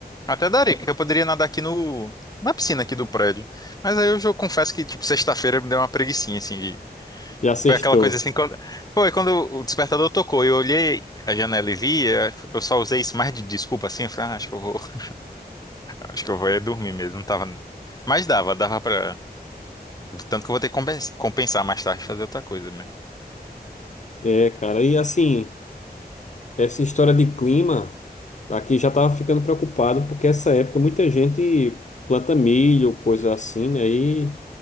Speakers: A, on the left (about 20°); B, on the left (about 45°).
A: Até daria, porque eu poderia nadar aqui no. Na piscina aqui do prédio. Mas aí eu, já confesso que, tipo, sexta-feira me deu uma preguicinha, assim, de
B: Já sextou.
A: Foi aquela coisa assim, quando... Foi quando o despertador tocou, eu olhei a janela e vi, eu eu só usei isso mais de desculpa assim, eu falei, ah, acho que eu vou, <laughs> acho que eu vou é dormir mesmo, não tava... Mas dava, dava pra... Tanto que eu vou ter que compens- compensar mais tarde, fazer outra coisa mesmo.
B: É, cara. E assim, essa história de clima, aqui já tava ficando preocupado, porque essa época muita gente planta milho, coisa assim, né? E